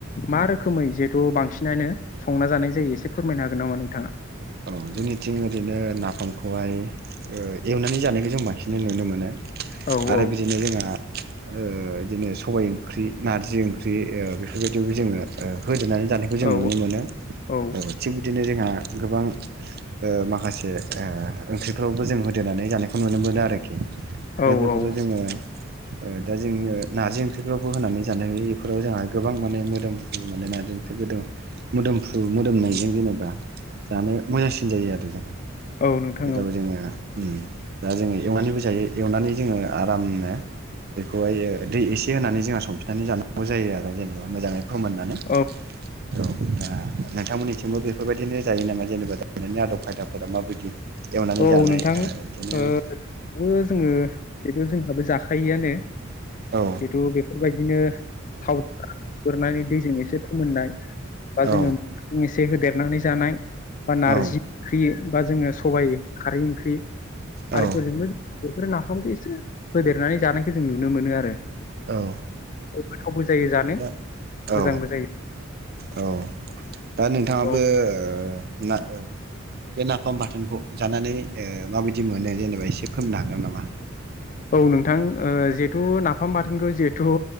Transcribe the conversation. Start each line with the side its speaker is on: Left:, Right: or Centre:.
Left: मा रोखोमै जिहेतु बांसिन <unintelligible> संना जानाय जायो एसे फोरमायनो हागोन नामा नोंथाङा
Right: औ जोंनिथिं ओरैनो नाफामखौहाय एवनानै जानायखौ जों बांसिन नुनो मोनो
Left: औ
Right: आरो
Left: औ
Right: बिदिनो जोंहा ओ इदिनो सबाय ओंख्रि नारजि ओंख्रि ओ बेफोरबायदियावबो जोङो होजनानै जानायखौ जों
Left: औ
Right: नुनो मोनो
Left: औ
Right: ओ थिग बिदिनो जोंहा गोबां ओ माखासे ओंख्रिफ्रावबो जों होदेरनानै जानायखौ नुनो मोनो आरोखि
Left: औ
Right: दा बेफोरो
Left: औ
Right: जोङो दा जोङो नारजि ओंख्रिफ्रावबो होनानै जानाययो बेफोराव जोंहा गोबां माने मोदोमफ्रु मोनो नारजि ओंख्रि गोद मोदोमफ्रु मोदोमनायजों जेनेबा जानो मोजांसिन थिग जायो आरो जोंहा
Left: औ नोंथां
Right: बेदाव
Left: औ
Right: जोङो ओम दा जोङो एवनानैबो जायो एवनानै जोङो आरामनो बेखौहाय दै एसे होनानै जोंहा संफिननानै जानांगौ जायो आरो जेनेबा मोजाङै फोमोननानै
Left: औ
Right: औ दा नोंथांमोननिसिमबो बेफोरबायदिनो जायो नामा जेनेबा दा गेलनायनि आदब खायदाफोरा माबायदि एवनानै
Left: औ
Right: जानाय
Left: नोंथां
Right: ओ बिदिनो
Left: ओ बो जोङो बेथ' जोंहाबो जाखो थाखायोआनो
Right: औ
Left: जिहेतु बेफोरबायदिनो थाव गोरनानै बे जों एसे मोननाय बा
Right: औ
Left: जोङो से होदेरनानै जानाय बा नारजि
Right: औ
Left: ओंख्रि बा जोङो सबाइ खारै ओंख्रि
Right: औ
Left: आरोथ' बेफोरो नाफामखौ एसे होदेरनानै जानायखौ जों नुनो मोनो आरो
Right: औ
Left: गोथावबो जायो जानो
Right: दा
Left: मोजांबो
Right: औ
Left: जायो
Right: औ दा नों थाङाबो
Left: औ
Right: ओ बे नाफाम बाथोनखौ जानानै ओ माबायदि मोनो जेनेबा एसे फोमनो हागोन नामा
Left: औ नोंथां जहेथु नाफाम बाथोनखौ जिहेथु